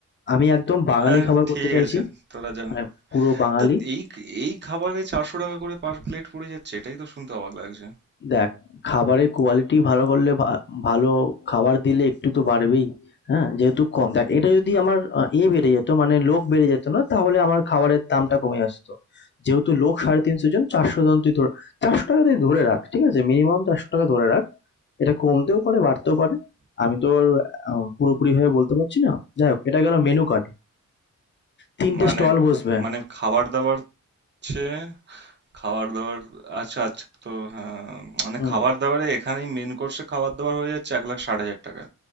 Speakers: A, on the left (about 40°); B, on the right (about 35°).
A: আমি একদম বাঙালি
B: আহ,
A: খাবার
B: ঠিক
A: করতে চাইছি।
B: আছে তোরা যা
A: মানে পুরো বাঙালি।
B: তা এই এই খাবারে চারশো টাকা করে পার প্লেট পড়ে যাচ্ছে এটাই তো শুনতে অবাক লাগছে
A: দেখ খাবারের কোয়ালিটি ভালো করলে ভা ভালো খাবার দিলে একটু তো বাড়বেই হ্যাঁ যেহেতু কম দেখ এটা যদি আমার আহ, এ বেড়ে যেত মানে লোক বেড়ে যেত না তাহলে আমার খাবারের দামটা কমে আসতো যেহেতু লোক সাড়ে তিনশো জন চারশো জন তুই ধর চারশো টাকা তুই ধরে রাখ ঠিক আছে মিনিমাম চারশো টাকা ধরে রাখ এটা কমতেও পারে বাড়তেও পারে আমি তো আহ, পুরোপুরিভাবে বলতে পারছি না যাই হোক এটা গেল মেনু কার্ড তিনটে
B: মানে
A: স্টল বসবে
B: মানে খাবার দাবার হচ্ছে খাবার দাবার আচ্ছা আচ্ছা তো হ্যাঁ মানে
A: হুম
B: খাবার দাবারে এখানেই মেন কোর্সে খাবার দাবার হয়ে যাচ্ছে এক লাখ ষাট হাজার টাকা